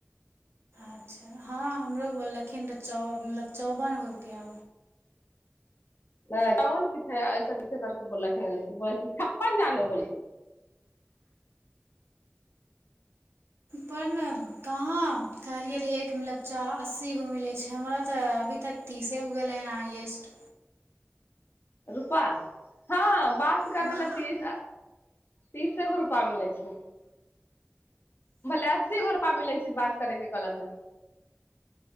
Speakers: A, on the right; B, on the left.
A: अच्छा हँ हमरो बोललखिन तऽ चौ मतलब चौबन गो रुपैआ
B: नहि इकाबन की से ऐसा करके बोलखिन उलखिल छप्पन जानो बोलखिन
A: पर ने कहाँ कहलियै रहै एकमे लच्चा अस्सी गो मिलैत छै हमरा तऽ अभी तक तीसे हो गेलै हन हाइएस्ट
B: रुपा हँ बात करै
A: हँ
B: लए तीस तीसे गो रुपा मिलै छै भले अस्सी गो रूपा मिलै छै बात करे के कहलक हँ